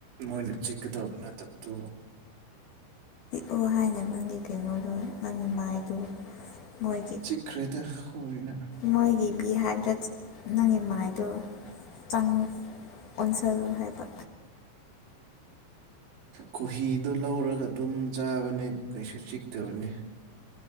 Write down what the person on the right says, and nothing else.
ꯃꯣꯏꯅ ꯆꯤꯛꯀꯗꯧ ꯅꯠꯇꯕꯗꯨꯕꯨ
ꯈ꯭ꯔꯦꯗ ꯈꯣꯏꯅ
ꯈꯣꯍꯤꯗꯣ ꯂꯧꯔꯒ ꯑꯗꯨꯝ ꯆꯥꯕꯅꯦ ꯀꯩꯁꯨ ꯆꯤꯛꯇꯕꯅꯦ